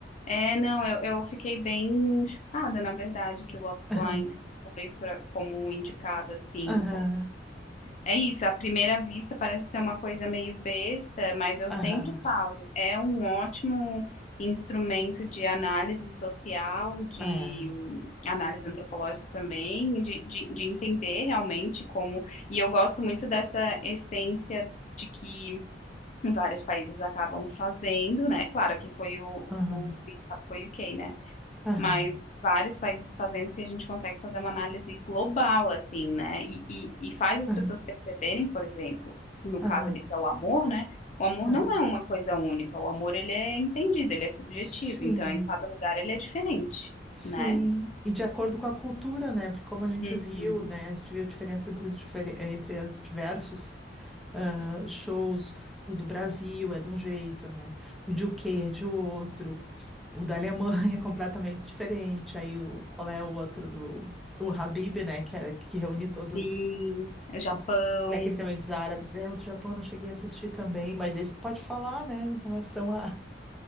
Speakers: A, on the left; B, in the centre.
A: É, não, eu, eu fiquei bem chocada, na verdade, que o Love is
B: Aham,
A: Blind foi pra, como indicado, assim,
B: aham,
A: É isso, à primeira vista parece ser uma coisa meio besta, mas eu
B: aham,
A: sempre falo, é um ótimo instrumento de análise social, de
B: é,
A: análise antropológica também, de, de, de entender realmente como. E eu gosto muito dessa essência de que vários países acabam fazendo, né? Claro que foi o,
B: aham,
A: o foi o UK, né?
B: aham,
A: mas vários países fazendo, porque a gente consegue fazer uma análise global, assim, né? E, e, e faz as
B: aham,
A: pessoas perceberem, por exemplo, no
B: aham,
A: caso ali que é o amor, né? O amor
B: aham.
A: não é uma coisa única, o amor ele é entendido, ele é subjetivo,
B: Sim.
A: então em cada lugar ele é diferente,
B: Sim,
A: né?
B: e de acordo com a cultura, né? Porque como a gente
A: Uhum.
B: viu, né? A gente viu a diferença entre os, difere- eh, entre os diversos ah, shows. O do Brasil é de um jeito, né? O de UK é de outro. O da Alemanha <laughs> é completamente diferente. Aí o, qual é o outro do o Habib, né? Que, é- que reúne todos
A: Sim, o Japão.
B: os tecnicamente os árabes. É, o do Japão eu não cheguei a assistir também, mas esse tu pode falar, né? Em relação à